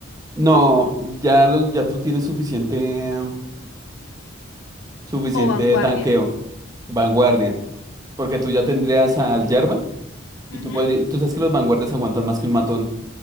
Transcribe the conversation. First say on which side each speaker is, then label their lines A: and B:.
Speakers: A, on the right (about 20°); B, on the left (about 85°).
A: No, ya, lo- ya tú tienes suficiente, suficiente
B: o vanguardia?
A: tanqueo, vanguardia, porque tú ya tendrías al Yerba.
B: Ujú,
A: Y tú, podrí- tú sabes que los vanguardias aguantan más que un matón.